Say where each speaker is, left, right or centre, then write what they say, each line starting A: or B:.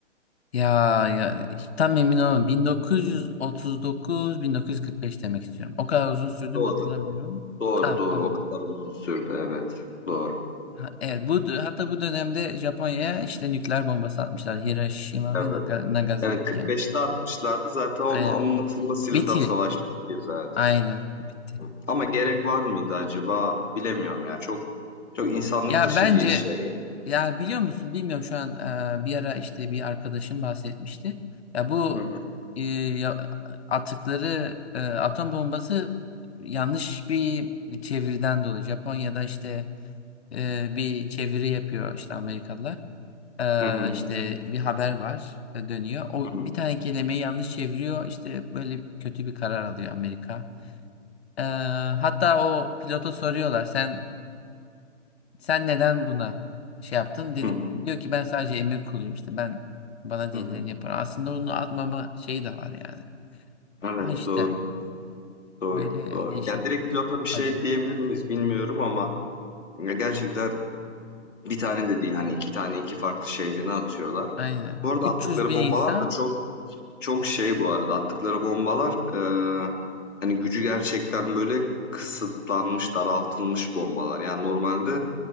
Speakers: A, on the left; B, on the left.
A: Ya ya işte tam emin olamam. 1939-1945 demek istiyorum. O kadar uzun sürdü
B: Doğru.
A: mü hatırlamıyorum.
B: Doğru
A: Ha
B: doğru.
A: tamam.
B: O kadar uzun sürdü evet. Doğru.
A: Ha, evet bu hatta bu dönemde Japonya'ya işte nükleer bombası atmışlar Hiroşima
B: Evet.
A: ve Naga- Nagasaki'ye.
B: Evet 45'te atmışlardı. Zaten onun
A: Aynen.
B: anlatılmasıyla
A: Bitti.
B: da savaş bitiyor zaten.
A: Aynen. Bitti.
B: Hı. Ama gerek var mıydı acaba? Bilemiyorum ya. Çok çok insanlık
A: Ya
B: dışı
A: bence
B: bir şey.
A: ya biliyor musun bilmiyorum şu an e, bir ara işte bir arkadaşım bahsetmişti. Ya bu
B: hı.
A: e, ya- atıkları e, atom bombası yanlış bir çeviriden dolayı Japonya'da işte e, bir çeviri yapıyor işte Amerikalılar. E,
B: Hı hı.
A: işte bir haber var e, dönüyor. O
B: Hı hı.
A: bir tane kelimeyi yanlış çeviriyor. İşte böyle kötü bir karar alıyor Amerika. E, hatta o pilota soruyorlar sen sen neden buna şey yaptın? Dedim
B: Hı hı.
A: diyor ki ben sadece emir kuluyum işte ben bana
B: Hı
A: denileni
B: hı.
A: yaparım. Aslında onu atmama şeyi de var yani.
B: Evet
A: Ama işte
B: doğru. Doğru.
A: böyle
B: Doğru.
A: değişik
B: Ya direkt pilota bir şey
A: acı.
B: diyebilir miyiz bilmiyorum ama ya gerçekten Bir tane de değil hani iki tane iki farklı şehrine atıyorlar.
A: Aynen.
B: Bu arada
A: üç
B: attıkları
A: yüz bin
B: bombalar
A: insan.
B: da çok çok şey bu arada attıkları bombalar eee, hani gücü gerçekten böyle kısıtlanmış daraltılmış bombalar. Yani normalde